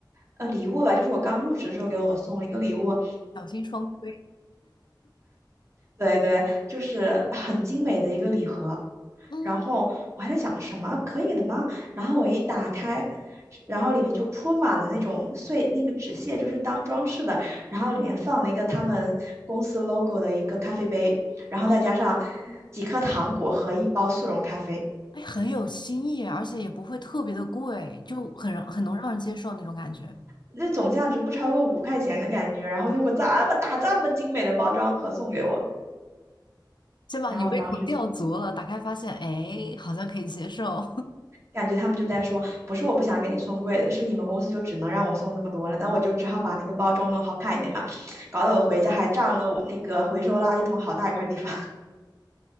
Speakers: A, on the right; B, on the left.
A: 呃，礼物吧，就是我刚入职的时候给我送了一个礼物，
B: 小心双规。
A: 对对，就是很精美的一个礼盒。
B: 嗯，
A: 然后我还在想什么可以的吗？然后我一打开，然后里面就铺满了那种碎那个纸屑，就是当装饰的。然后里面放了一个他们公司 logo 的一个咖啡杯，然后再加上
B: 哦，
A: 几颗糖果和一包速溶咖啡，
B: 哎，很有新意，而且也不会特别的贵，就很让很能让人接受那种感觉。
A: 那总价值不超过五块钱的感觉。然后用个这么大、这么精美的包装盒送给我，
B: 先把你胃口吊足了，
A: 然后我当时就。
B: 打开发现，哎，好像可以接受。
A: 感觉他们就在说，不是我不想给你送贵的，是你们公司就只能让我送这么多了，那我就只好把那个包装弄好看一点嘛，搞得我回家还占了我那个回收垃圾桶好大一块地方，<laughs>